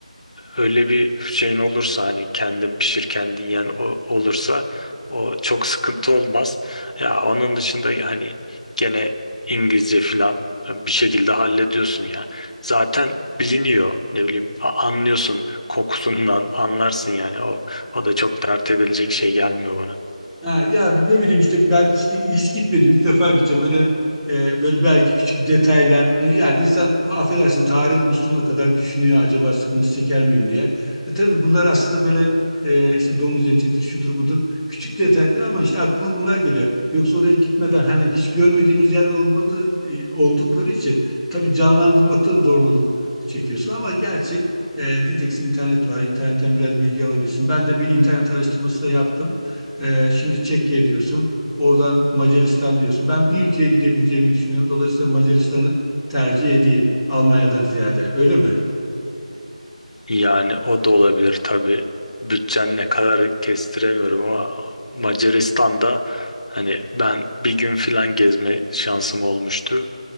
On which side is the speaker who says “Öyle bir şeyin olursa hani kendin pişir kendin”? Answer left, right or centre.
Left